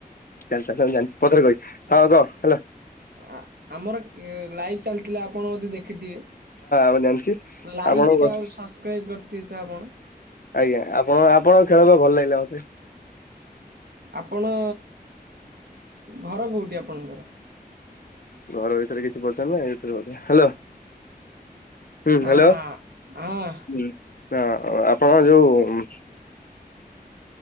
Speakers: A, on the left; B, on the right.
A: ଚାଲି ଚା ଜାଣିଚି ପଛରେ କହିବି। ହଁ କହ ହେଲା।
B: ଆ ଆମର ଲାଇଭ୍ ଚାଲିଥିଲା ଆପଣ ବଧେ ଦେଖ ଦେଖିଦିଏ
A: ହଁ ମୁଁ ଜାଣିଛି।
B: ଲାଇକ୍
A: ଆପଣଙ୍କୁ
B: ଆଉ ସବସ୍କ୍ରାଇବ୍ କରିଥିବେ ତ ଆପଣ?
A: ଆଜ୍ଞା ଆପଣ ଆପଣଙ୍କ ଖେଳିବା ଭଲ ଲାଗିଲା ମତେ।
B: ଆପଣ ଘର କେଉଠି ଆପଣଙ୍କର?
A: ଘର ବିଷୟରେ କିଛି ପଚାରୁନ ଏଥିରୁହେଉଚି ହାଲୋ। ହୁଁ
B: ହଁ
A: ହ୍ୟାଲୋ ହୁଁ
B: ହଁ
A: ଆପଣଙ୍କର ଯୋଉ?